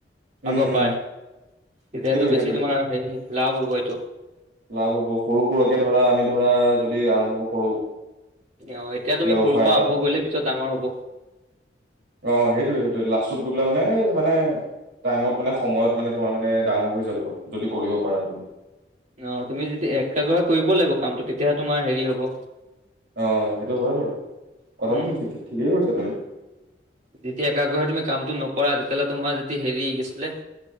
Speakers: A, on the right (about 75°); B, on the right (about 45°).
A: উম,
B: আগৰ
A: উম,
B: পাই, তেতিয়াটো
A: সেইটোয়ে
B: বেছি
A: সেইটোয়ে
B: তোমাৰ হেৰি লাভ হ'ব এইটো।
A: লাভ হব, সৰু সৰুকে ধৰা আমি ধৰা যদি আৰম্ভ কৰো।
B: অঁ' এতিয়া তুমি
A: ব্যৱসায়
B: সৰুৰ পৰা
A: এটা
B: আৰম্ভ কৰিলে পিছত ডাঙৰ হ'ব।
A: অঁ' সেইটোৱে সেইটোৱে লাষ্টত গৈ পেলাই মানে এই মানে- টাইমত মানে সময়ত মানে তোমাৰ মানে ডাঙৰ হৈ যাব, যদি কৰিব পাৰা তুমি।
B: অঁ' তুমি যদি একাগ্ৰহে কৰিব লাগিব কামটো তেতিয়াহে তোমাৰ হেৰি হ'ব।
A: অঁ সেইটো হয় বাৰু,
B: উম
A: কথাটো তুমি ঠিকেই কৈছা বাৰু।
B: যেতিয়া একাগ্ৰহে তুমি কামটো নকৰা তেতিয়াহ'লে তোমাৰ যদি হেৰি কি আছিলে-